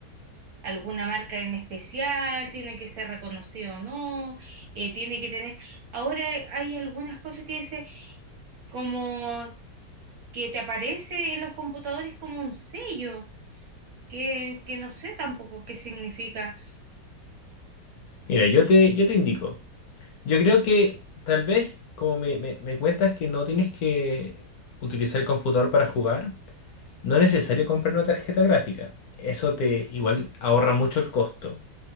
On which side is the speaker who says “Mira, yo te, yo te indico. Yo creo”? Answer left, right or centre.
Left